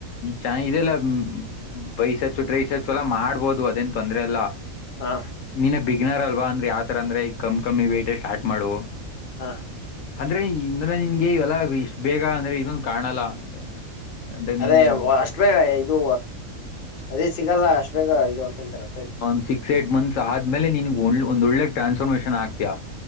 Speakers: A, on the left (about 70°); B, on the left (about 45°).
A: ಚನಾಗ್ ಇದೆಲ್ಲ ಹ್ಮ್ಮ್ ಬೈಸೆಬ್ಸು ಟ್ರೆ ಈಸೆಬ್ಸ ಎಲ್ಲಾ ಮಾಡ್ಬೋದು ಅದೇನ್ ತೊಂದ್ರೆ ಇಲ್ಲಾ.
B: ಹಾ.
A: ನಿನ್ನ ಬಿಗ್ನರ್ ಅಲ್ವಾ ಅಂದ್ರೆ ಯಾವತರ ಅಂದ್ರೆ ಈಗ ಕಾಮ್ ಕಮ್ಮಿ ವೆಯಿಟ್ಟ್ ಸಸ್ಟಾರ್ಟ್ ಮಾಡು.
B: ಹಾ
A: ಅಂದ್ರೆ ಇಂದನ ನಿನ್ಗೆ ಇವೆಲ್ಲ ಇಷ್ಟ್ ಬೇಗ ಅಂದ್ರೆ ಇದೊನ್ ಕಾಣಲ್ಲ ಅಂದ್ರೆ. ನಿನ್ಗೆ
B: ಅದೇ ಅಷ್ಟ ಬೇಗ ಇದು ಅದೇ ಸಿಗಲ್ಲ ಅಷ್ಟ ಬೇಗ ಇದು ಅಂತ ಹೇಳ್ತಾರ.
A: ಒಂದ್ ಸಿಕ್ಸ್ ಏ್ಟಟ್ ಮಂತ್ಸ್ ಆದ್ಮೇಲೆ ನಿನಗೆ ಒಂದ್ ಒಳ್ಳೆ ಟ್ರಾನ್ಸ್ಫಾರ್ಮೇಶನ್ ಆಗ್ತಯಾ.